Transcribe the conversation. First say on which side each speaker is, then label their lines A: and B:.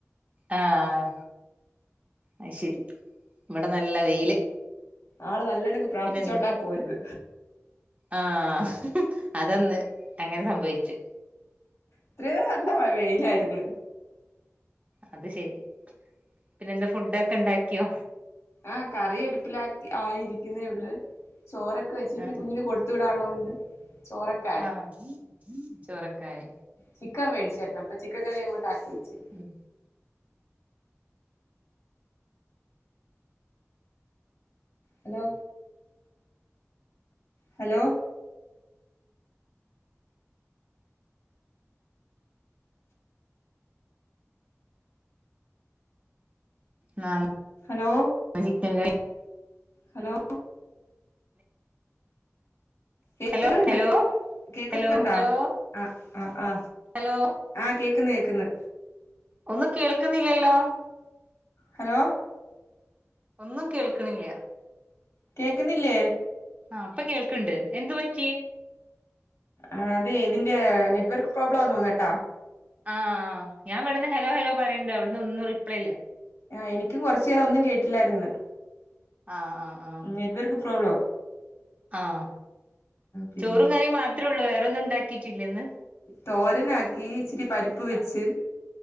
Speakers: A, on the right; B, on the left.
A: ആഹ് അയ് ശരി ഇവിടെ നല്ല വെയില്
B: ആള് നല്ലോണം പ്രാർത്ഥിച്ചോണ്ടാ
A: പിന്നെന്ത്
B: പോയത്
A: ആഹ് അതന്ന് അങ്ങനെ സംഭവിച്ചു
B: ഇത്രയ നേരം നല്ല വെയിലായിരുന്നു
A: അത് ശെരി പിന്നെന്താ ഫുഡ ഒക്കെ ഉണ്ടാക്കിയോ
B: ആഹ് കറി അടുപ്പിലാക്കി ആയിരിക്കുന്നേ ഉള്ളൂ ചോറൊക്കെ വെച്ചിട്ട്
A: ആഹ്
B: കുഞ്ഞിന് കൊടുത്ത കൊടുത്തു വിടാള്ളത്കൊണ്ട് ചോറക്കെ
A: ആഹ് ചോറക്കായി
B: ചിക്കൻ വേടിച്‌ര്ന്ന് അപ്പ ചിക്കൻ കറി അങ്ങോട്ട് ആക്കിവെച്ച്
A: ഉം
B: ഹലോ ഹലോ
A: നാമ്
B: ഹലോ
A: ആ ചിക്കൻ കറി
B: ഹലോ കേക്ക്ന്നുണ്ടോ
A: ഹലോ ഹലോ
B: കേക്ക്ന്നുണ്ടോ
A: ഹലോ ഹലോ
B: ആ ആ ആ
A: ഹലോ
B: ആ കേക്ക്ന്ന് കേക്ക്ന്ന്
A: ഒന്നും കേൾക്കുന്നില്ലല്ലോ
B: ഹലോ
A: ഒന്നും കേൾക്ക്ണില്ല്യ
B: കേക്ക്ന്നില്ലേ
A: ആ ഇപ്പ കേൾക്ക്ണ്ട് എന്തു പറ്റി
B: ആ അതെ ഇതിന്റെ നെറ്റ് വർക്ക് പ്രോബ്ലാന്ന് തോന്നെട്ടാ
A: ആഹ് ഞാൻ ഇവട്ന്ന് ഹലോ ഹലോ പറീണ്ട് അവ്ട്ന്ന് ഒന്നും റിപ്ലൈ ഇല്ല.
B: ആ എനിക്കും കൊർച് നേരം ഒന്നും കേട്ടില്ലായിര്ന്ന്
A: ആഹ് ആഹ് ആഹ്
B: നെറ്റ് വർക്ക് പ്രോബ്ല
A: ആഹ്
B: പിന്നെ
A: ചോറും കറിം മാത്രേ ഒള്ളൂ വേറൊന്നും ഇണ്ടാക്കിട്ടില്ലെ ഇന്ന്
B: തോരനാക്കി ഇച്ചിരി പര്പ്പ് വെച്ച്
A: ആഹ്